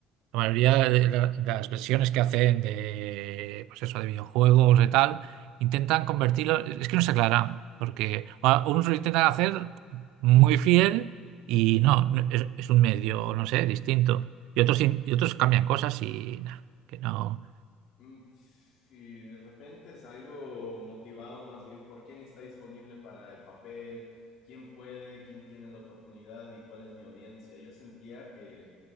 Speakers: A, on the right; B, on the left.
A: La mayoría de la- de las versiones que hacen de, pues eso, de videojuegos, de tal, intentan convertirlo, es que no se aclaran, porque a- unos lo intentan hacer muy fiel y no, no- es, es un medio, no sé, distinto. Y otros, in- y otros cambian cosas y nada, que no.
B: Mm, Y de repente es algo motivado más bien por quién está disponible para el papel, quién puede, quién tiene la oportunidad y cuál es mi audiencia. Yo sentía que